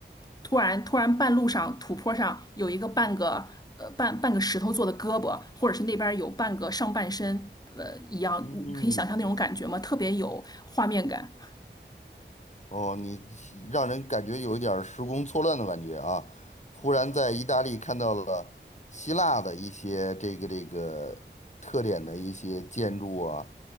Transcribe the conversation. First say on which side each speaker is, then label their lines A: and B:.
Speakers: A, on the left; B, on the left.
A: 突然突然半路上土坡上有一个半个呃半半个石头做的胳膊，或者是那边有半个上半身呃一样，
B: 嗯，
A: 你可以想象那种感觉吗？特别有画面感。
B: 哦，你让人感觉有一点儿时空错乱的感觉啊！忽然在意大利看到了希腊的一些这个这个特点的一些建筑啊，